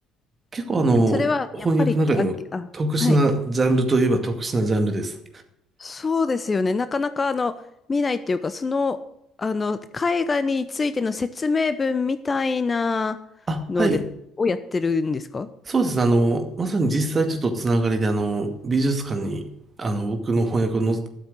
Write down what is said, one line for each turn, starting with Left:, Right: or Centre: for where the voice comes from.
Right: 結構あの、
Left: それは、
Right: 翻訳の中でも特殊なジャンルといえば特殊なジャンルです。
Left: やっぱり、あ、あ、はい。そうですよね。なかなか、あの、見ないっていうか、その、あの、絵画についての説明文みたいなので、
Right: あ、はい。
Left: をやってるんですか
Right: そうですね。あの、まさに実際ちょっとつながりで、あの、美術館に、あの、僕の翻訳をの掲